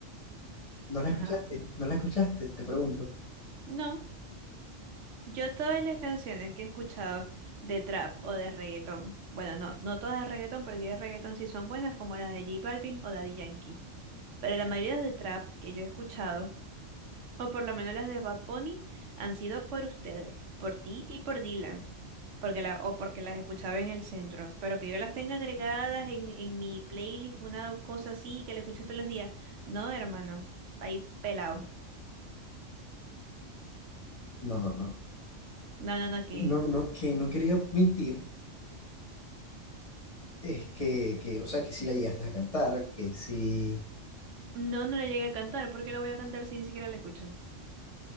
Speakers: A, on the left; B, on the right.
A: ¿No la escuchaste?
B: ajá.
A: ¿No la escuchaste? Te pregunto.
B: No, yo todas las canciones que he escuchado de trap o de reggaetón, bueno, no, no todas de reggaetón, porque de reggaetón sí son buenas, como las de J Balvin o Daddy Yankee. Pero la mayoría de trap que yo he escuchado o por lo menos las de Bad Bunny, han sido por ustedes, por ti y por Dylan, porque la, o porque las escuchaba en el centro, pero que yo las tenga agregadas en, en mi playlist, una cosa así, que la escucho todos los días. No, hermano, ahí pelado.
A: No, no, no.
B: No, no, no, que...
A: No, no, que no quería admitir es que, que, o sea, que sí la llegaste a cantar, que sí.
B: No, no la llegué a cantar, porque la voy a cantar si ni siquiera la escucho.